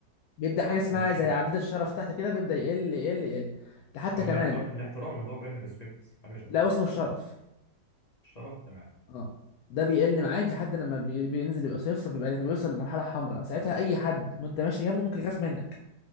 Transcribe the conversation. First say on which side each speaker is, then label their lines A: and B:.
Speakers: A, on the left (about 70°); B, on the left (about 25°).
A: بيبدا حاجه اسمها
B: موضوع الشرف
A: زي عداد
B: ده
A: الشرف تحت كده بيبدا يقل يقل يقل ده حتى
B: او
A: كمان
B: الاحتر... الاحترام اللي هو باين الريسبكت حاجه شبه
A: لا
B: كده
A: اسمه الشرف
B: الشرف تمام
A: اه ده بيقل معاك لحد لما بي- بينزل يبقى صفر بيبقى يعني بيوصل لمرحله حمراء ساعتها اي حد وانت ماشي جنبه ممكن يخاف منك